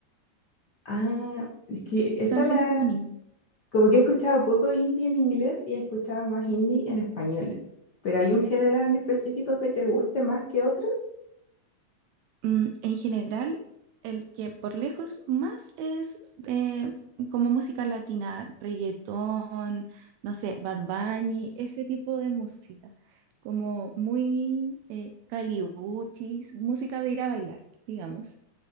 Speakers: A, on the left; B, on the right.
A: Ah, es que esa
B: canciones
A: la...
B: como niños.
A: Como que he escuchado poco indie en inglés y he escuchado más indie en español. Pero hay un género en específico que te guste más que otros,
B: Mm, en general, el que por lejos más es eh, como música latina, reggaetón, no sé, Bad Bunny, ese tipo de música, como muy eh, caliuchis, música de ir a bailar, digamos.